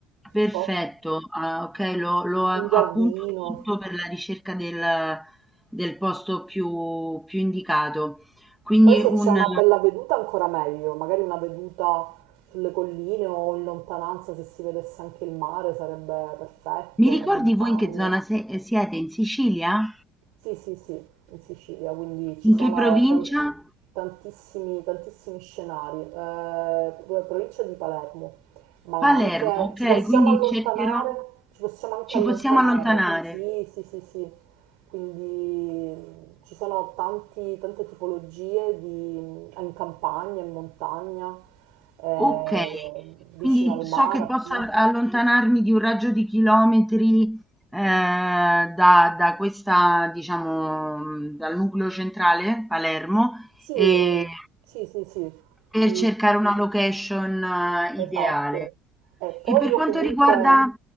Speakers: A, in the centre; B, on the right.
A: Perfetto,
B: Cosa?
A: ah, okay, lo lo a
B: Un giardino.
A: appunto tutto per la ricerca del del posto più più indicato. Quindi
B: Poi se
A: un
B: c'è una bella veduta ancora meglio, magari una veduta sulle colline o in lontananza se si vedesse anche il mare sarebbe perfetto,
A: Mi ricordi
B: le montagne.
A: voi in che zona se- siete? In Sicilia?
B: Sì, sì, sì, in Sicilia, quindi ci
A: In
B: sono
A: che provincia?
B: tan- tantissimi, tantissimi scenari. Eh, pro- provincia di Palermo, ma
A: Palermo,
B: anche
A: ok,
B: ci possiamo
A: quindi
B: allontanare,
A: cercherò,
B: ci possiamo anche
A: ci
B: allontanare.
A: possiamo allontanare.
B: Sì, sì, sì, sì. Quindi mh, ci sono tanti- tante tipologie di, mm, in campagna, in montagna, eh,
A: Ok,
B: vicino
A: quindi
B: al mare,
A: so che
B: appunto.
A: posso av- allontanarmi di un raggio di chilometri eh, da, da questa, diciamo, mh, dal nucleo centrale, Palermo,
B: Sì,
A: e-
B: sì, sì, sì.
A: per
B: Sì,
A: cercare una location eh,
B: Esatto.
A: ideale.
B: E poi
A: E per
B: io
A: quanto
B: comunque
A: riguarda,